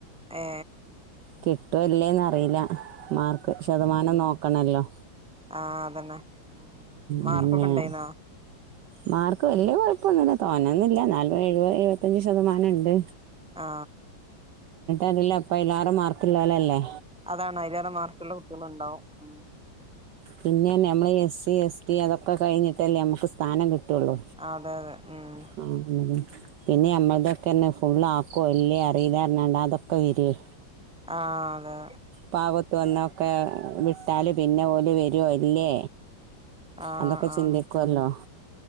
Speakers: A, in the centre; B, on the right.
A: ഹേ
B: കിട്ടോ ഇല്ലേന്നറീല മാർക്ക് ശതമാനം നോ ക്കണല്ലോ
A: ആ അതന്നെ മാർക്കൊക്കെണ്ടായിന്നോ?
B: പിന്നെ മാർക്ക് വല്യാ കോഴപ്പൊന്നുല്ല തോനേന്നുല്ല ന്നാലും എഴുപത് എഴുപത്തഞ്ചു ശതമാനം ഇണ്ട്
A: ആ
B: അതല്ല ഇപ്പ അയ്ലാറേ മാർക്ക്‌ലോലല്ലേ
A: അതാണ് അയിലേറെ മാർക്കുള്ള കുട്ടികളുണ്ടാവും. ഉം
B: പിന്നെർഞ്ഞ് നമ്മള് എസ് സി, എസ് ടി അതൊക്കെ കഴിഞ്ഞിട്ടല്ലേ ഞമ്ക്ക് സ്ഥാനം ക് ട്ടുള്ളോ...
A: അതെ അതെ ഉം
B: ആ അങ്ങനെ പിന്നെ ഞമ്മക്കൾതൊക്കെ ർന്നാ ഫുള്ളാക്കുവ എല്ലേ അറീലർഞാണ്ട് അതൊക്കെ വരുവേ.
A: ആഹ് അതെ
B: പാവത് വന്നാ ഒക്കെ വിട് ട്ടാല് പിന്നെ ഓലു വരുവോ ഇല്ലേ
A: ആഹ്
B: അതോക്കെ
A: ആഹ്
B: ചിന്തിക്കുവല്ലോ.